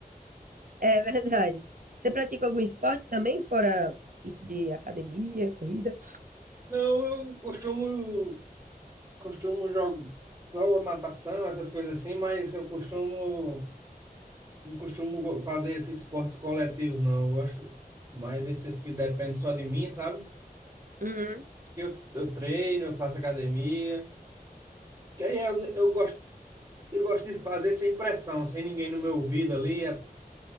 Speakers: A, on the right (about 60°); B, on the right (about 25°).
A: É verdade. Você pratica algum esporte também, fora isso de academia, corrida?
B: Não, eu costumo, costumo jogar só natação, essas coisas assim, mas eu costumo. Não costumo go- fazer esses esportes coletivos, não. Eu gosto mais desses que dependem só de mim, sabe?
A: Uhum,
B: Diz que eu, eu treino, eu faço academia. Que aí eu, eu gosto, eu gosto de fazer sem pressão, sem ninguém no meu ouvido ali. É,